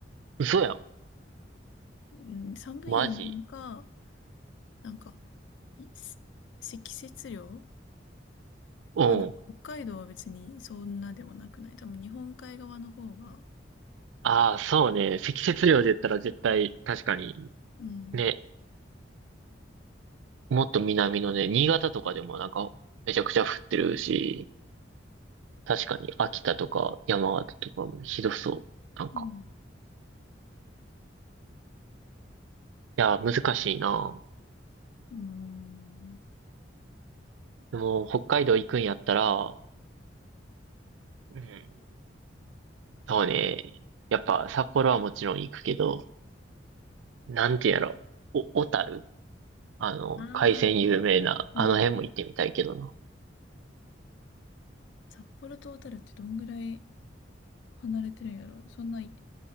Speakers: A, on the right; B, on the left.
A: 嘘やん。
B: うん、寒いのか、
A: マジ
B: なんか、いす積雪量
A: うん。
B: はなんか北海道は別にそんなでもなくない。多分日本海側の方が、
A: ああ、そうね。積雪量で言ったら絶対、確かに、
B: うん。
A: ね、もっと南のね、新潟とかでもなんかめちゃくちゃ降ってるし、確かに秋田とか山形とかもひどそう。なんか。
B: うん。
A: いや、難しいな。
B: うーん。
A: でも、北海道行くんやったら、うん。そうね。やっぱ札幌はもちろん行くけど、なんてやろ。お、小樽あの、
B: ああ、
A: 海鮮有名な、
B: うん。
A: あの辺も行ってみたいけどな。
B: 札幌と小樽ってどんぐらい離れてるんやろそんない